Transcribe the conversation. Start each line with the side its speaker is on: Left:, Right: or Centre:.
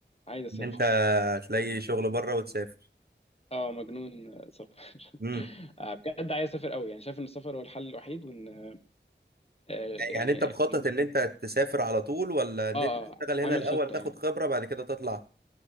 Left: عايز اسافر
Right: ان انت تلاقي شغل بره وتسافر
Left: اه مجنون سفر <laughs>
Right: امم
Left: آه، بجد عايز اسافر قوي يعني شايف ان السفر هو الحل الوحيد وان آه،
Right: يعني
Left: يعني
Right: انت مخطط
Left: مصر
Right: ان انت تسافر على طول ولا ان
Left: اه
Right: انت تشتغل
Left: اه
Right: هنا
Left: عامل
Right: الاول
Left: خطة
Right: تاخد
Left: يعني
Right: خبرة بعد كده تطلع